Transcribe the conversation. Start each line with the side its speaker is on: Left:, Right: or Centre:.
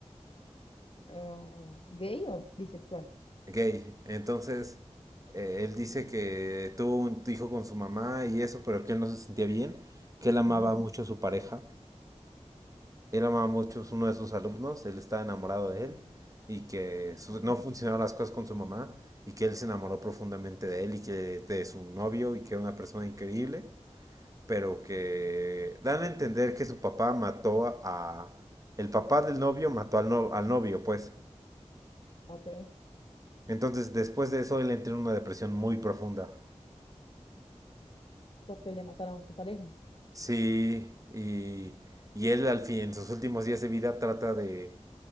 Left: Oh, ¿gay o bisexual?
Right: gay. Entonces, eh, él dice que tuvo un hijo con su mamá y eso, pero que él no se sentía bien, que él amaba
Left: ujú.
Right: mucho a su pareja Él amaba mucho, es uno de sus alumnos, él estaba enamorado de él y que su-
Left: Ajá.
Right: no funcionaban las cosas con su mamá y que él se enamoró profundamente de él y que de su novio y que era una persona increíble, pero que dan a entender que su papá mató a... a- el papá del novio mató al, no- al novio, pues.
Left: Ok.
Right: Entonces, después de eso, él entró en una depresión muy profunda.
Left: Porque le mataron a su pareja.
Right: Sí, y, y él al fin, en sus últimos días de vida, trata de,